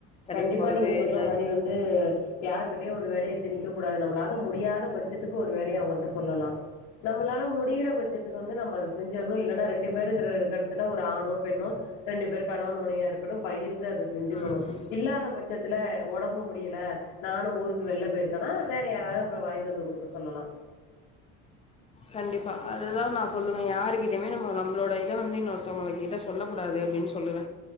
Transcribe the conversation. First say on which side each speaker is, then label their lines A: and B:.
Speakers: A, on the left; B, on the left.
A: கடைக்கு
B: கண்டிப்பா
A: போறது
B: நீங்க சொல்ற
A: இந்த
B: மாரி வந்து து யாருகிட்டயு ஒரு வேலய திணிக்க கூடாது நம்மளாக முடியாத பட்சத்துக்கு ஒரு வேலய அவங்கள்ட்ட சொல்லலா நம் நம்மளால முடிகிற பட்சத்துக்கு வந்து நம்ம அத செஞ்சுர்ணு இல்லனா ரெண்டு பேரு இருக்கிற இடத்துல ஒரு ஆணோ பெண்ணோ ரெண்டு பேரு கணவன் மனைவியா இருக்கட்டு பகிர்ந்து அது செஞ்சுக்கணு
A: ம்
B: இல்லாத பட்சத்துல உடம்பு முடில நானு ஊருக்கு வெளில போயிருக்கனா வேற யாராவது போய் வாங்கிட்டு வந்து குடுக்க சொல்லலா
A: கண்டிப்பா அதுதா நா சொல்லுவ யார்கிட்டையுமே நம்ம நம்மளோட இத வந்து இன்னொருத்தவங்க கிட்ட சொல்லக்கூடாது அப்டின் சொல்லுவ